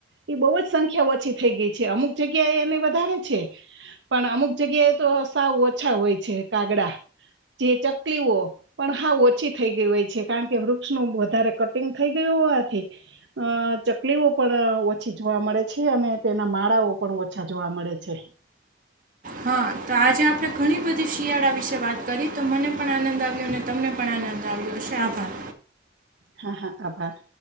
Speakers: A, on the right (about 80°); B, on the right (about 45°).
A: એ બહુ જ સંખ્યા ઓછી થઈ ગઈ છે અમુક જગ્યા એ એને વધારે છે પણ અમુક જગ્યાએ તો સાવ ઓછા હોય છે કાગડા જે ચકલીઓ પણ સાાવ ઓછી થઈ ગઈ હોય છે કારણ કે વૃ વૃક્ષ નું વધારે કટિંગ થઈ ગયું હોવાથી અ ચકલીઓ પણ ઓછી જોવા મળે છે અને તેના માળાઓ પણ ઓછા જોવા મળે છે.
B: હા તો આજે આપણે ઘણી બધી શિયાળા વિશે વાત કરી તો મને પણ આનંદ આવ્યો અને તમને પણ આનંદ. તાવ છે આભાર
A: હા હા આભાર.